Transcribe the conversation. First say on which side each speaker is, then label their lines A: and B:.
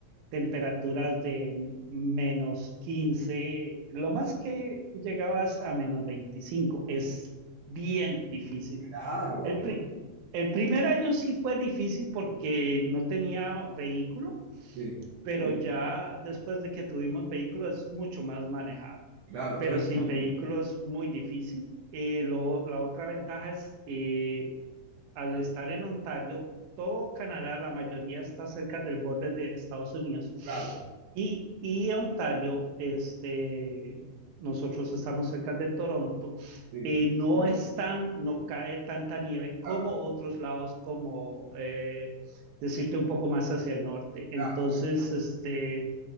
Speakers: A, on the right (about 85°); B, on the right (about 65°).
A: temperaturas de menos 15, lo más que llegabas a menos 25, es bien difícil.
B: claro,
A: El, pri- el primer año sí fue difícil porque no tenía vehículo,
B: sí,
A: pero Sí. ya después de que tuvimos vehículo es mucho más manejable.
B: claro,
A: Pero
B: pero,
A: sin Ah, vehículo es muy difícil. Eh, lo- la otra ventaja es, eh, al estar en Ontario, todo Canadá, la mayoría está cerca del borde de Estados Unidos.
B: claro,
A: Y, y Ontario, este, nosotros estamos cerca de Toronto,
B: sí,
A: eh, no es tan, no cae tanta nieve
B: claro,
A: como otros lados, como eh, decirte un poco más hacia el norte. Entonces,
B: claro,
A: este,